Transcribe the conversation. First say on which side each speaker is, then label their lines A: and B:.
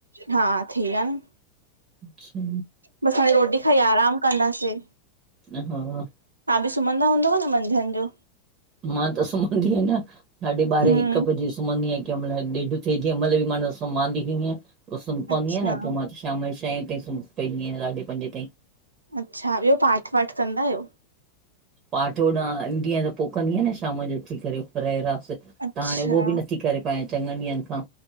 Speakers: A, on the right (about 80°); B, on the right (about 30°).
A: हा थीया न।
B: अच्छा
A: बसि हाणे रोटी खाई आराम कंदासीं।
B: ह हा।
A: तहां बि सुम्हंदा हूंदव न मंझंदि जो।
B: मां त सुम्हंदी आहियां न साढे ॿारहें
A: हम्म
B: हिकु बजे सुम्हदी आहियां कीहिं महिल ॾेढि थएंहिंमहिल म सु्हांंदंद सुम्हंदी
A: अच्छा
B: आ न पो शाम जो छहें ताईं सुम पई हूंदी आयां साॾे पंजे ताईं।
A: अच्छा, ॿियो पाठ वाठ कंदा आहियो?
B: पाठ होॾा ईंदी आयां त पो कंदी आयां न शाम जो उथी करे परेरास त
A: अच्छा
B: हाणे उहो बि नथी करे पायां चङनि ॾींहनि खां